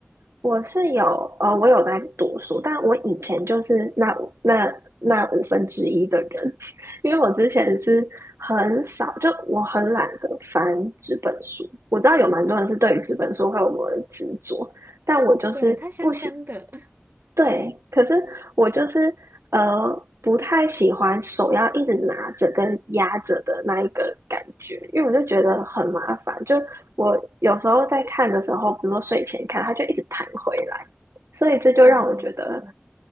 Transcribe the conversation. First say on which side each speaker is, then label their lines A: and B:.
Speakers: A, on the right; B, on the right.
A: 我是有，呃，我有在读书，但我以前就是那五那那五分之一的人，<laughs> 因为我之前是很少，就我很懒得翻纸本书。我知道有蛮多人是对于纸本书会有某种执着，但我就是不喜
B: 对，它香香的。<laughs>
A: 对，可是我就是呃不太喜欢手要一直拿着跟压着的那一个感觉，因为我就觉得很麻烦。就我有时候在看的时候，比如说睡前看，它就一直弹回来，所以这就让我觉得
B: 哦，对，